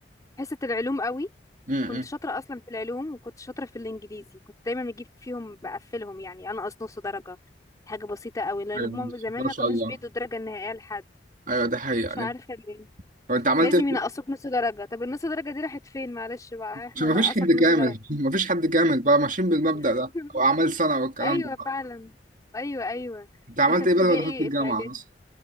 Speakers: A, on the left; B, on the right.
A: حصه العلوم قوي
B: امم
A: كنت شاطرة أصلا في العلوم وكنت شاطرة في الإنجليزي كنت دايما بجيب فيهم بقفلهم يعني أنقص نص درجة حاجة بسيطة قوي لأن
B: أيوة،
A: هما
B: بسم
A: زمان
B: الله ما
A: ما
B: شاء
A: كانوش
B: الله
A: بيدوا الدرجة النهائية لحد
B: ايوه دي حقيقة
A: مش عارفة
B: دي
A: ليه
B: طب انت عملت
A: لازم
B: ايه
A: ينقصوك نص درجة طب النص درجة دي راحت فين معلش بقى احنا
B: عشان مفيش
A: نقصك
B: حد كامل
A: نص درجة
B: <laughs> مفيش حد كامل بقى ماشيين بالمبدأ
A: <laughs>
B: ده او اعمال سنة والكلام
A: أيوة
B: ده بقى
A: فعلا أيوة أيوة
B: انت عملت
A: انت في
B: ايه
A: ابتدائي
B: بقى لما دخلت الجامعة
A: في اعدادي
B: مثلا